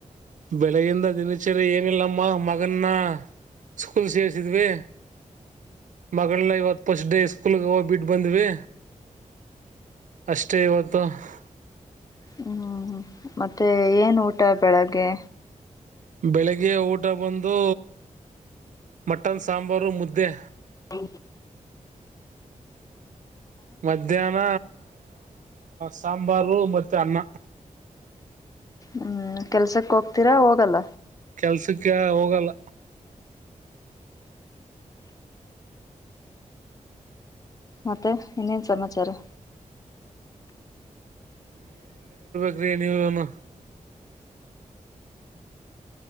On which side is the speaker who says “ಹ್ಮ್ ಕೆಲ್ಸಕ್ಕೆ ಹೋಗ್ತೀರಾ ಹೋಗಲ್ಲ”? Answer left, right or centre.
Left